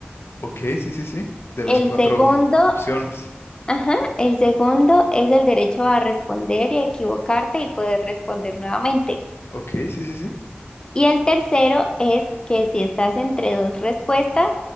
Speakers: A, on the left; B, on the left.
A: Ok, sí, sí, sí. De las
B: El
A: cuatro
B: segundo,
A: opciones.
B: ajá, el segundo es el derecho a responder y a equivocarte y poder responder nuevamente.
A: Ok, sí, sí, sí.
B: Y el tercero es que si estás entre dos respuestas,